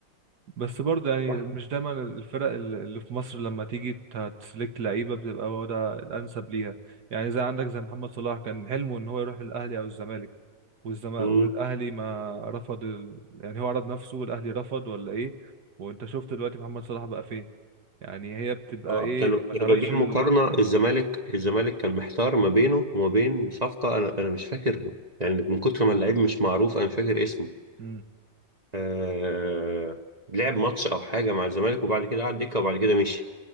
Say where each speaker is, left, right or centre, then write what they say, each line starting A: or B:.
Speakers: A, on the right; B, on the right.
A: بس برضه يعني
B: اه
A: مش دايما الفرق ال- اللي في مصر لما تيجي ت- تسلكت لعيبة بتبقى هو ده الأنسب ليها يعني زي عندك زي محمد صلاح كان حلمه إن هو يروح الأهلي أو الزمالك والزم... والأهلي
B: مم.
A: ما رفض ال... يعني هو عرض نفسه والأهلي رفض ولا إيه وأنت شفت دلوقتي محمد صلاح بقى فين يعني هي بتبقى
B: اه
A: إيه
B: كانوا
A: ما
B: كانوا
A: تعرفش
B: جايبين
A: ال...
B: مقارنة الزمالك الزمالك كان محتار ما بينه وما بين صفقة أنا أنا مش فاكر يعني من كتر ما اللعيب مش معروف أنا مش فاكر اسمه
A: مم.
B: آه لعب ماتش او حاجه مع الزمالك وبعد كده قعد دكه وبعد كده مشي